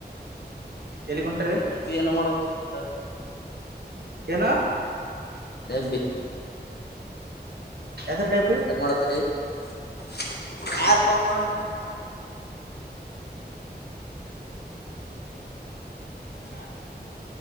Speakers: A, on the right; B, on the left.
A: ಎಲ್ಲಿಗುಂಟ್ರಿ
B: <unintelligible> ಏನ ಮಾಡಬೇಕ <unintelligible>
A: ಏನು
B: <unintelligible>
A: ಹೆಸರು ಡಬ್ಬಿ
B: ಕಟ್ ಮಾಡ್ತಡಿ <inaudible> ಯಾರ
A: ಹ್ಮ್
B: ತಗೋಬಂದರ ಹಾ <unintelligible>